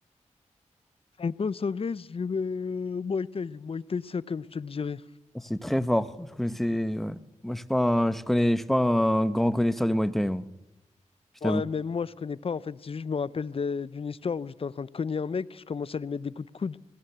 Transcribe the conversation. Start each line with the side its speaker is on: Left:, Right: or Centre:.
Left: En boxe anglaise, je mets euh, Muay Thai, Muay Thai, ça, comme je te le dirais.
Centre: Ah, C'est très fort. Je connaissais. ouais. Moi, je suis pas un, je connais, je suis pas un grand connaisseur du muay thai, moi. Je
Left: Ouais,
Centre: t'avoue.
Left: même
Centre: <laughs>
Left: moi, je connais pas en fait. C'est juste, je me rappelle de- d'une histoire où j'étais en train de cogner un mec, je commence à lui mettre des coups de coude